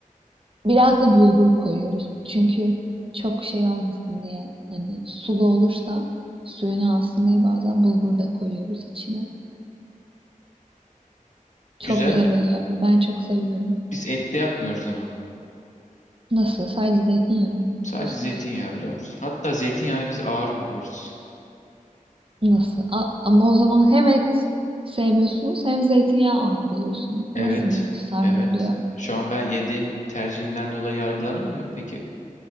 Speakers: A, on the right (about 40°); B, on the left (about 60°).
A: Biraz da bulgur koyuyoruz. Çünkü çok şey olmasın diye. Hani sulu olursa suyunu alsın diye bazen bulgur da koyuyoruz içine. Çok
B: Güzel.
A: güzel oluyor ama ben çok seviyorum.
B: Biz etli yapmıyoruz ama.
A: Nasıl? Sadece zeytinyağı mı yapıyorsunuz?
B: Sadece zeytinyağı biliyor musun? Hatta zeytinyağını biz ağır buluyoruz.
A: Nasıl? A- ama o zaman hem et sevmiyorsunuz hem zeytinyağı ağır buluyorsunuz.
B: Evet.
A: Nasıl bir sarma
B: Evet.
A: oluyor?
B: Şu an ben yediğim tercihimden dolayı yargılanıyor muyum peki?